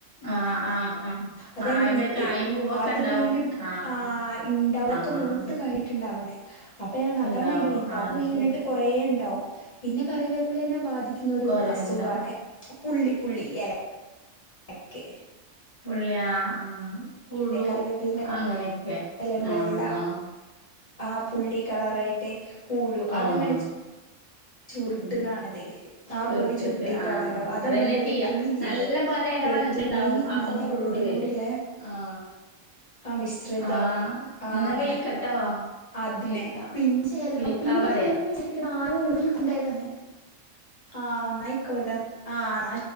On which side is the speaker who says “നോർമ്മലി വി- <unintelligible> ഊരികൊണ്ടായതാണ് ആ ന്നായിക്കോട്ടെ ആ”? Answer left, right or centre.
Left